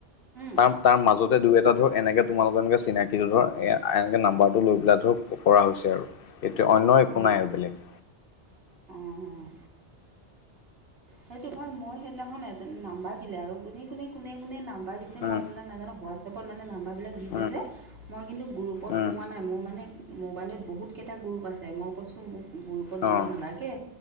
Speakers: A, on the right (about 60°); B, on the left (about 60°).
A: উম
B: তাৰ তাৰ মাজতে দুই এটা ধৰক এনেকে তোমালোকৰ এনেকে চিনাকিটো ধৰ এনেকে নাম্বাৰটো লৈ পেলাই ধৰক কৰা হৈছে আৰু সেইটোৱে অন্য একো
A: উম
B: নাই আৰু বেলেগ
A: অ' সেইটো হয় মই সেইদিনাখন এজন নাম্বাৰ দিলে আৰু কোনে কোনে কোনে কোনে নাম নাম্বাৰ দিছে
B: উম
A: মই সেইবিলাক নাজানো হোৱাটছআপত মানে নাম্বাৰবিলাক দিছে
B: উম
A: যে মই কিন্তু গ্ৰুপত
B: উম
A: সোমোৱা নাই মোৰ মানে মোবাইলত বহুতকেইটা গ্ৰুপ আছে মই কৈছোঁ মোক গ্ৰুপত
B: অ',
A: দিব নালাগে